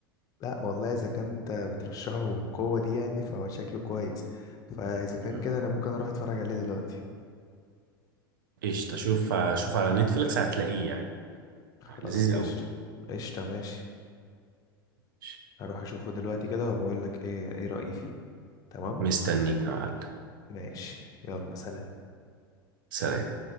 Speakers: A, on the left; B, on the right.
A: لا والله اذا كان انت بترشحه بالقوه دي يعني فهو شكله كويس فاذا كان
B: مم.
A: كده انا ممكن اروح اتفرج عليه دلوقتي
B: ايش تشوف شوف على نتفليكس هتلاقيه يعني
A: خلاص
B: لذيذ
A: قشطه
B: قوي
A: قشطه ماشي
B: ماشي.
A: هروح اشوفه دلوقتي كده وبقول لك ايه ايه رايي فيه تمام
B: مستنيك يا معلم
A: ماشي يلا سلام
B: سلام